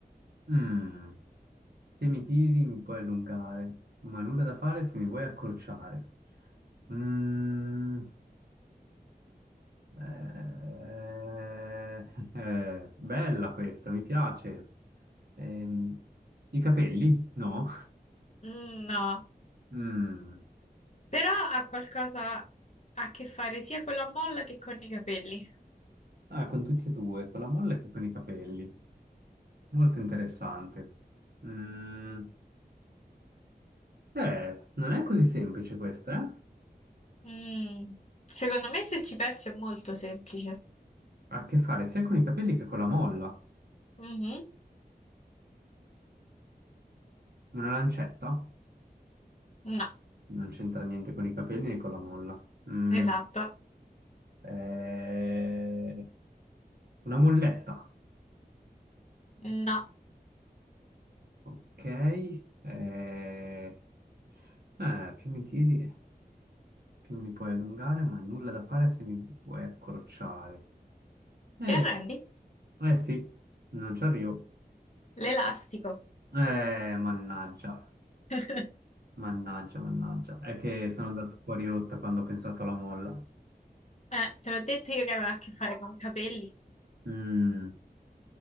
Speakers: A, on the right; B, on the left.
A: Mm, Se mi tiri mi puoi allungare, ma nulla da fare se mi vuoi accorciare. Mm. Eh, eh, bella questa, mi piace. Ehm, i capelli? No.
B: Mm, No,
A: Mm.
B: però ha qualcosa a che fare sia con la molla che con i capelli.
A: Ah, con tutti e due, con la molla che con i capelli. Molto interessante. Mm. Eh, non è così semplice questa, eh?
B: Mm, Secondo me, se ci pensi, è molto semplice.
A: Ha a che fare sia con i capelli che con la molla.
B: Mhm.
A: Una lancetta?
B: No,
A: Non c'entra niente con i capelli né con la molla. Mm.
B: esatto.
A: Eh, una molletta.
B: No.
A: Ok. Eh, Eh, più mi tiri, più mi puoi allungare, ma nulla da fare se mi vuoi accorciare. Eh,
B: Ti arrendi?
A: eh sì, non ci arrivo.
B: L'elastico.
A: Eh, mannaggia,
B: <laughs>
A: mannaggia, mannaggia. È che sono andato fuori rotta quando ho pensato alla molla.
B: Eh, te l'ho detto io che aveva a che fare con i capelli.
A: Mm,